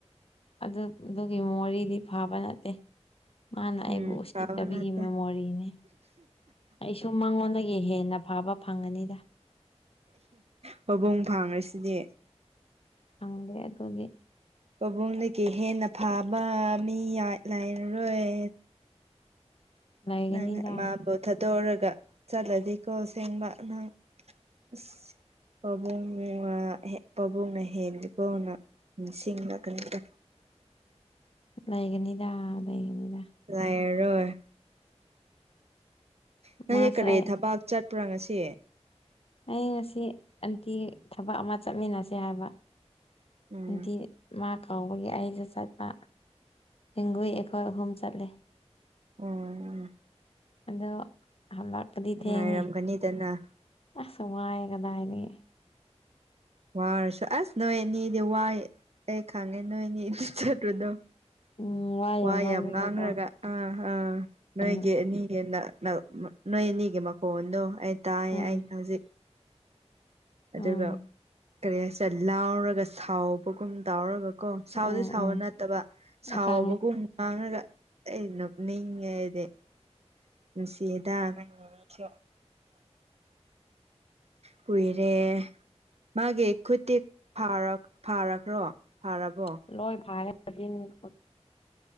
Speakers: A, on the left (about 55°); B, on the right (about 65°).
A: ꯑꯗꯨ ꯑꯗꯨꯒꯤ ꯃꯣꯔꯤꯗꯤ ꯐꯥꯕ ꯅꯠꯇꯦ ꯃꯥꯅ ꯑꯩꯕꯨ
B: ꯎꯝ
A: ꯎꯁꯤꯠꯇꯕꯤꯒꯤ
B: ꯇꯥꯕ ꯅꯠꯇꯦ
A: ꯃꯦꯃꯣꯔꯤꯅꯦ ꯑꯩꯁꯨ ꯃꯉꯣꯟꯗꯒꯤ ꯍꯦꯟꯅ ꯐꯕ ꯐꯪꯒꯅꯤꯗ
B: ꯄꯕꯨꯡ ꯐꯥꯡꯉꯁꯤꯗꯤ
A: ꯐꯪꯗꯦ ꯑꯗꯨꯒꯤ
B: ꯄꯥꯕꯨꯡꯗꯒꯤ ꯍꯦꯟꯅ ꯐꯥꯕ ꯃꯤ ꯌꯥ ꯂꯥꯏꯔꯔꯣꯏ
A: ꯂꯩꯒꯅꯤꯗ
B: ꯅꯪ ꯃꯥꯕꯨ ꯊꯥꯗꯣꯔꯒ ꯆꯠꯂꯗꯤꯀꯣ ꯑꯁꯦꯡꯕ ꯅꯪ ꯑꯁ ꯄꯥꯕꯨꯡꯒꯤ ꯃꯅꯥꯛ ꯍꯦꯛ ꯄꯥꯕꯨꯡꯅ ꯍꯦꯜꯂꯤꯀꯣ ꯅꯪ ꯅꯤꯡꯁꯤꯡꯂꯛꯀꯅꯤꯗ
A: ꯂꯩꯒꯅꯤꯗꯥ ꯂꯩꯒꯅꯤꯗꯥ
B: ꯂꯩꯔꯔꯣꯏ ꯅꯪꯒꯤ
A: ꯃꯥꯁꯨ
B: ꯀꯔꯤ
A: ꯑꯩ
B: ꯊꯕꯥꯛ ꯆꯠꯄ꯭ꯔ ꯉꯁꯤ
A: ꯑꯩ ꯉꯁꯤ ꯑꯟꯇꯤ ꯊꯕꯛ ꯑꯃ ꯆꯠꯃꯤꯟꯅꯁꯦ ꯍꯥꯏꯕ
B: ꯎꯝ
A: ꯑꯟꯇꯤ ꯃꯥ ꯀꯧꯕꯒꯤ ꯑꯩꯖꯨ ꯆꯠꯄ ꯍꯤꯡꯒꯣꯏ ꯑꯩꯈꯣꯏ ꯑꯍꯨꯝ ꯆꯠꯂꯦ
B: ꯎꯝ
A: ꯑꯗꯣ ꯍꯂꯥꯛꯑꯗꯤ
B: ꯅꯨꯡꯉꯥꯏꯔꯝꯒꯅꯤꯗꯅ
A: ꯊꯦꯡꯉꯦ ꯑꯁ ꯋꯥꯏꯌꯦ ꯀꯗꯥꯏꯗꯒꯤ
B: ꯋꯥꯔꯁꯨ ꯑꯁ ꯅꯣꯏ ꯑꯅꯤꯗꯤ ꯋꯥꯏ ꯑꯩ ꯈꯪꯉꯦ ꯅꯣꯏ ꯑꯅꯤꯗꯤ ꯆꯠꯄꯗꯣ
A: ꯎꯝ ꯋꯥꯏ
B: ꯋꯥ
A: ꯃꯟꯕꯒꯤꯀꯣ
B: ꯌꯥꯝ ꯉꯥꯡꯔꯒ ꯑ ꯑ ꯅꯣꯏꯒꯤ
A: ꯎꯝ
B: ꯑꯅꯤꯒꯤ ꯅ ꯅ ꯅꯣꯏ ꯑꯅꯤꯒꯤ ꯃꯈꯣꯟꯗꯣ ꯑꯩ ꯇꯥꯏꯌꯦ
A: ꯎꯝ
B: ꯑꯩ ꯍꯧꯖꯤꯛ ꯑꯗꯨꯒ
A: ꯎꯝ
B: ꯀꯔꯤ ꯍꯥꯏꯁꯤꯔ ꯂꯥꯎꯔꯒ ꯁꯥꯎꯕꯒꯨꯝ ꯇꯥꯎꯔꯒ ꯀꯣ ꯁꯥꯎꯗꯤ
A: ꯎꯝ
B: ꯁꯥꯎꯕ
A: ꯎꯝ
B: ꯅꯠꯇꯕ ꯁꯥꯎꯕꯒꯨꯝ
A: ꯈꯪꯉꯦ
B: ꯉꯥꯡꯔꯒ ꯑꯩꯩ ꯅꯣꯛꯅꯤꯡꯉꯦ ꯑꯩꯗꯤ ꯅꯨꯡꯁꯤꯑꯦꯗꯥ ꯅꯪ ꯅꯃꯤꯡꯁꯨ ꯀꯨꯏꯔꯦ ꯃꯥꯒꯤ ꯈꯨꯠꯇꯤ ꯐꯥꯔꯛ ꯐꯥꯔꯈ꯭ꯔꯣ ꯐꯥꯔꯕꯣ
A: ꯂꯣꯏ ꯐꯥꯔꯦ <unintelligible>